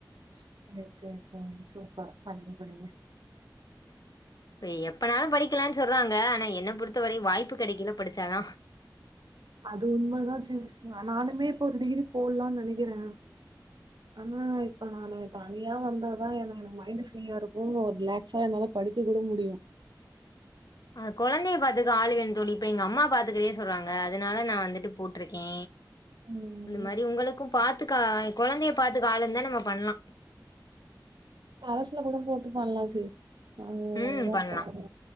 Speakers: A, on the right (about 85°); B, on the left (about 60°).
A: சேரி சேரி தோழி சூப்பர் படிங்க படிங்க
B: எ எப்பனாலு படிக்கலான்னு சொல்றாங்க ஆனா என்ன பொறுத்தவரையு வாய்ப்பு கெடைக்கைல படிச்சாதா
A: அது உண்மதா சிஸ்டர் அ நானுமே இப்ப ஒரு டிகிரி போட்லான்னு நெனைக்கிறே ஆனா இப்ப நானு தனியா வந்தாதா என எனக்கு மைண்டு ஃப்ரீயா இருக்கு ரிலாக்ஸா என்னால படிக்க கூட முடியு.
B: ஆ கொழந்தைய பாத்துக்க ஆளு வேணு தோழி இப்ப எங்க அம்மா பாத்துக்கறேன்னு சொல்றாங்க. அதனால நா வந்துட்டு போட்ருக்கே.
A: ம்
B: அந்த மாரி உங்களுக்கு பாத் த்துக்கா எ கொழந்தைய பாத்துக்க ஆளு இருந்தா நம்ம பண்லா.
A: கரஸ்ல கூட போட்டு பண்லா சிஸ். நானு
B: ம்
A: அதுதா
B: பண்லா
A: பாக்கறே